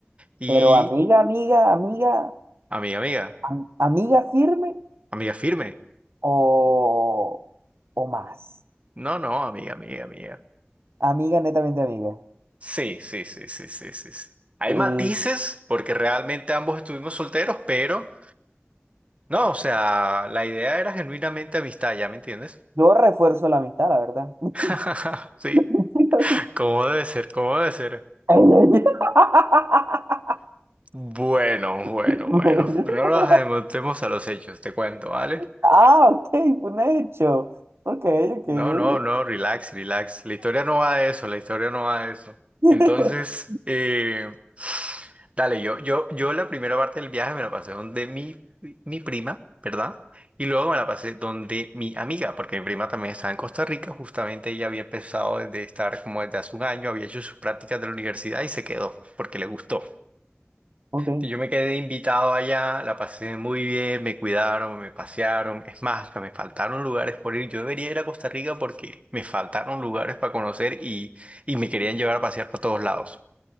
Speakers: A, on the right; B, on the right.
A: Y,
B: Pero amiga, amiga, amiga,
A: amiga, amiga,
B: am- amiga firme
A: amiga firme.
B: o, o más.
A: No, no, amiga, amiga, amiga.
B: Amiga, netamente amiga.
A: Sí, sí, sí, sí, sí, sí, sí. Hay
B: Mm,
A: matices porque realmente ambos estuvimos solteros, pero no, o sea, la idea era genuinamente amistad, ¿ya me entiendes?
B: Yo refuerzo la amistad, la verdad. <laughs>
A: <laughs> Sí,
B: Mentira,
A: ¿cómo debe ser? ¿Cómo debe ser?
B: mentira. <laughs>
A: Bueno, bueno,
B: <laughs>
A: bueno. No nos adelantemos a los hechos, te cuento, ¿vale?
B: Ah, ok, fue un hecho. Ok, ok.
A: No, no, no, relax, relax. La historia no va de eso, la historia no va de eso.
B: <laughs>
A: Entonces, eh, dale, yo, yo, yo la primera parte del viaje me la pasé donde mi, mi prima, ¿verdad? Y luego me la pasé donde mi amiga, porque mi prima también estaba en Costa Rica, justamente ella había empezado desde estar como desde hace un año, había hecho sus prácticas de la universidad y se quedó, porque le gustó.
B: Ok,
A: Yo me quedé invitado allá, la pasé muy bien, me cuidaron, me pasearon. Es más, hasta me faltaron lugares por ir. Yo debería ir a Costa Rica porque me faltaron lugares para conocer y, y me querían llevar a pasear por todos lados.